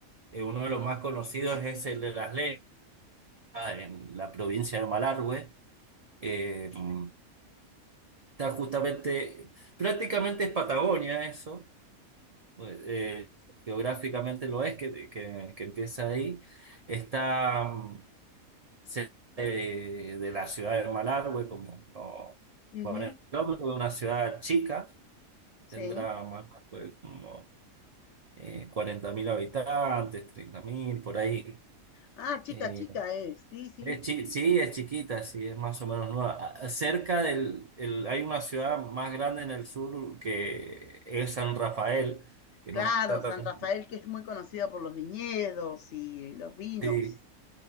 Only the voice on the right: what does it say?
Eh, uno de los más conocidos es el de Las Leñas, en la provincia de Malargüe. Eh, mm, está justamente, prácticamente es Patagonia eso, eh, eh, geográficamente lo es, que, que que empieza ahí. Está. mm, cerca de, de la ciudad de Malargüe, como no
40 kilómetros, de una ciudad chica,
tendrá Malargüe como eh, 40.000 habitantes, 30.000 por ahí.
Eh,
es chi- sí, es chiquita, sí, es más o menos nueva. A- Cerca del, el- hay una ciudad más grande en el sur que es San Rafael, que
no está tan...
Sí,